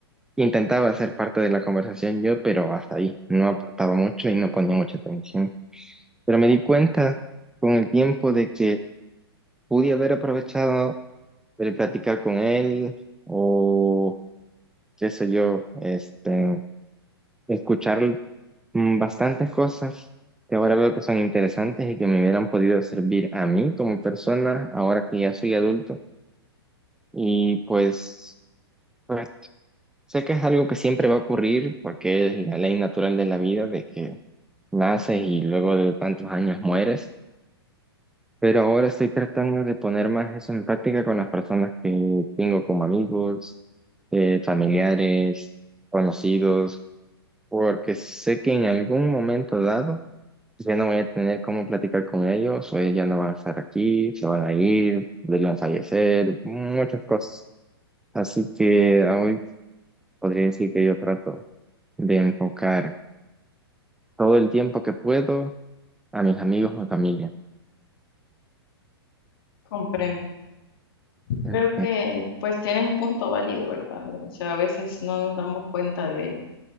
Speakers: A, in the centre; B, on the left (about 60°).
A: intentaba ser parte de la conversación yo, pero hasta ahí, no aportaba mucho y no ponía mucha atención. Pero me di cuenta con el tiempo de que pude haber aprovechado el platicar con él o qué sé yo, este, escuchar mm, bastantes cosas que ahora veo que son interesantes y que me hubieran podido servir a mí como persona ahora que ya soy adulto. Y pues, pues sé que es algo que siempre va a ocurrir porque es la ley natural de la vida de que naces y luego de tantos años mueres. Pero ahora estoy tratando de poner más eso en práctica con las personas que tengo como amigos, eh, familiares, conocidos, porque sé que en algún momento dado pues, Ya no voy a tener cómo platicar con ellos, o ellos ya no van a estar aquí, se van a ir, ellos van a fallecer, muchas cosas. Así que hoy podría decir que yo trato de enfocar todo el tiempo que puedo a mis amigos o familia.
B: Comprendo.
A: Ujú,
B: Creo que pues tienes un punto válido, ¿verdad? O sea, a veces no nos damos cuenta de,